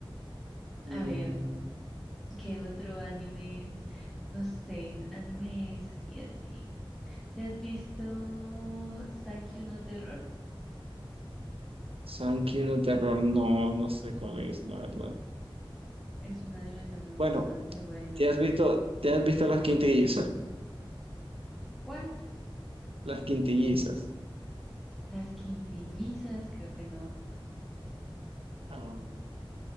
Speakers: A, on the right; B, in the centre.
A: <laughs> Mm.
B: A ver, ¿qué otro anime? No sé, animes así, así. ¿Te has visto Sankyu no Terror?
A: Sankey Sankiuno Terror, no, no sé cuál es, la verdad.
B: Es un anime también
A: Bueno,
B: bastante bueno.
A: ¿te has visto, te has visto las quintillizas?
B: ¿Cuál?
A: Las quintillizas.
B: Las quintillizas, creo que no.
A: Ah,